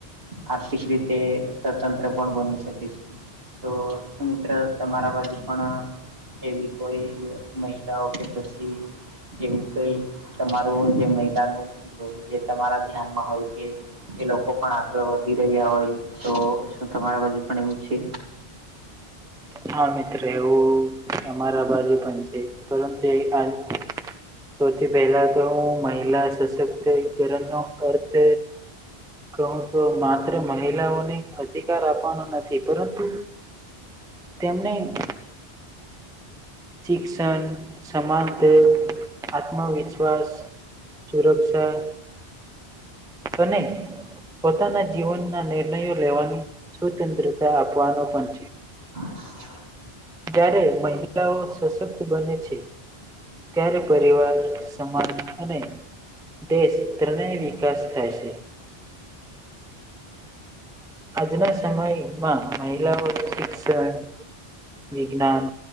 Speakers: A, on the right; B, in the centre.
A: આર્થિક રીતે. સ્વતંત્ર પણ બની શકે છે તો મિત્ર તમારા બાજુ પણ. એવી કોઈ મહિલાઓ કે પછી. એવું કઈ તમારોું જે મહિલાનું જે તમારા ધ્યાનમાં હોય કે. એ લોકો પણ આગળ વધી રહ્યા હોય તો શું તમારા બાજુ પણ એવું છે.
B: હા મિત્ર એવું કે અમારા બાજુ પણ છે. પરંતુ સૌથી પહેલા તો હું મહિલા સશક્ત. કરરણ નો અર્થ. કહું તો માત્ર મહિલાઓને અધિકાર આપવાનો નથી પરંતુ. તેમને. શિક્ષણ સનત આત્મવિશ્વાસ સુરક્ષા તો નહી પોતાના જીવનના નિર્ણયો લેવાની સ્વતંત્રતા આપવાનો પણ છે.
A: હ
B: જ્યારે મહિલાઓ સશક્ત બને છે. ત્યારે પરિવાર સમાન અને દેશ ત્રણેય વિકાસ થાય છે. આજના સમયમાં મહિલાઓ શિક્ષણ વિજ્ઞાન